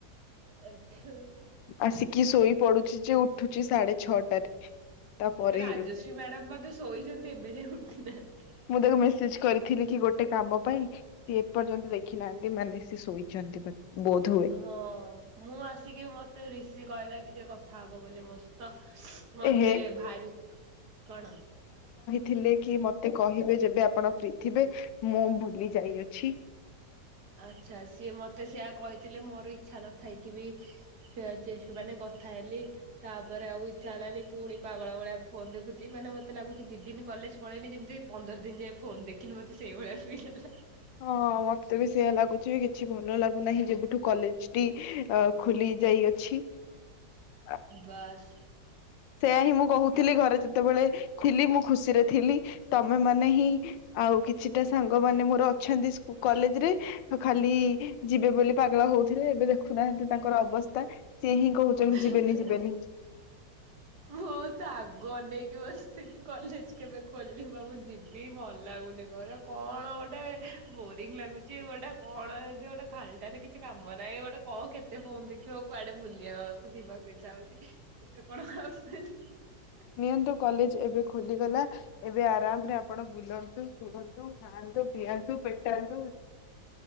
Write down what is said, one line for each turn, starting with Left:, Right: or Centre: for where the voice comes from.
Right: ଆଛା।
Left: ଆସିକି ଶୋଇ ପଡୁଛି ଯେ ଉଠୁଛି ସାଢେ ଛଅଟାରେ। ତାପରେ
Right: ରାଜଶ୍ରୀ
Left: ହେଇଯାଉଛି।
Right: ମ୍ୟାଡାମ ମତେ ଶୋଇଛନ୍ତି ବୋଧେ ଏବେ ଯାଏ ଉଠିନାହାଁନ୍ତି।
Left: ମୁଁ ତାକୁ ମେସେଜ କରିଥିଲି କି ଗୋଟେ କାମ ପାଇଁ ସିଏ ଏପର୍ଯ୍ୟନ୍ତ ଦେଖି ନାହାନ୍ତି ମାନେ ସି ଶୋଇଛନ୍ତି। ବୋଧ ହୁଏ
Right: ହଁ ମୁଁ ଆସିକି ମତେ ରଋଷି କହିଲା କି ଯେ କଥା ହବ ବୋଲି ମୋ ସହିତ ମତେ
Left: ଏହେ
Right: ଭାରି କଣ?
Left: ଥିଲେ କି ମତେ କହିବେ ଯେବେ ଆପଣ ଫ୍ରି ଥିବେ ମୁଁ ଭୁଲି ଯାଇଅଛି।
Right: ଆଚ୍ଛା ସିଏ ମତେ ସେଆ କହିଥିଲେ ମୋର ଇଚ୍ଛା ନଥାଇକ ବିମାନେ କଥା ହେଲି, ତାପରେ ଆଉ ଇଛା ହେଲାନି ପୁଣି ପାଗଳ ଭଳିଆ ଫୋନ୍ ଦେଖୁଛି। ମାନେ ମତେ ଲାଗୁଛି ଦି ଦିନି କଲେଜ ପଳେଇଲି, ଯେମିତି ପନ୍ଦର ଦିନ ଯାଏଁ ଫୋନ୍ ଦେଖିନି! ମତେ ସେଇଭଳିଆ ଫିଲ୍ ହେଲା। ହା ଆ ଆ ଆ।
Left: ହଁ, ମତେ ବି ସି ସେଆ ଲାଗୁଛି, କିଛି ଭଲ ଲାଗୁନାହିଁ। ଯେବେଠୁ କଲେଜ ଟି ଅ ଖୋଲି ଯାଇଅଛି। <inaudible>
Right: ବାସ୍।
Left: ସେୟା ହିଁ, ମୁଁ କହୁଥିଲି। ଘରେ ଯେତେବେଳେ ଥିଲି ମୁଁ ଖୁସିରେ ଥିଲି। ତମେ ମାନେ ହିଁ, ଆଉ କିଛିଟା ସାଙ୍ଗ ମାନେ ମୋର ଅଛନ୍ତି କଲେଜରେ ଖାଲି-ଇ ଯିବେ ବୋଲି ପାଗଳ ହଉଥିଲେ। ଏବେ ଦେଖ ଦେଖୁନାହାଁନ୍ତି ତାଙ୍କର ଅବସ୍ଥା। ସିଏ ହିଁ କହୁଛନ୍ତି,
Right: ଆଜି
Left: ଯିବେନି ଯିବେନି।
Right: ମୁଁ, ତ ଆଗ ଅନେଇକି ବସିଥିଲି କଲେଜ କେବେ ଖୋଲିବ! ମୁଁ, ଯିବି ଭଲ ଲାଗୁନି। ଘରେ କଣ ଗୋଟେ ବୋରିଂ ଲାଗୁଛି। ଗୋଟେ କଣ ଏମତି ଗୋଟେ ଖାଲଟାରେ କିଛି କାମ ନାହିଁ। ଏଇ ଗୋଟେ କଣ କେତେ ଫୋନ୍ ଦେଖିବ? କୁଆଡେ ବୁଲିଅ ଯିବାକୁ ଇଚ୍ଛା ହଉଛି। କେତେ କଣ ଖସ୍ କି <unintelligible>
Left: ନିଅନ୍ତୁ। କଲେଜ ଏବେ ଖୋଲିଗଲା ଏବେ ଆରାମରେ ଆପଣ ବୁଲନ୍ତୁ। ସୁୁଅନ୍ତୁ, ଖାନ୍ତୁ, ପିଆନ୍ତୁ, ପେଟାନ୍ତ